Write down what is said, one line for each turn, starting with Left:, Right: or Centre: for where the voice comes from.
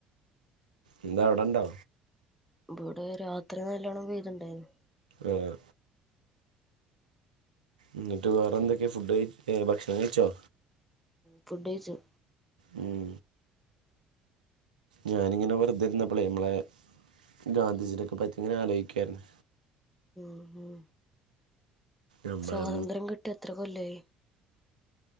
Right: എന്താ അവ്ടെണ്ടോ
Centre: ഇ ഇവിടെ രാത്രി നല്ലോണം പെയ്തിണ്ടായിന്നു
Right: ആഹ് എന്നിട്ട് വേറെ എന്തൊക്കെയാ ഫുഡ് കഴിച്ച ഭക്ഷണം കഴിച്ചോ
Centre: ഫുഡേച്ചോ
Right: ഉം ഞാനിങ്ങെ വെറുെരുന്നപ്പോളേ നമ്മളെ ഗാന്ധിജിണെ ഒക്കെ പറ്റി ഇങ്ങനെ ആലോചിക്കുവായിരുന്നു
Centre: ഉം ഉം
Right: നമ്മളെ
Centre: സ്വാതന്ത്ര്യം കിട്ടിയ എത്ര കൊല്ലായി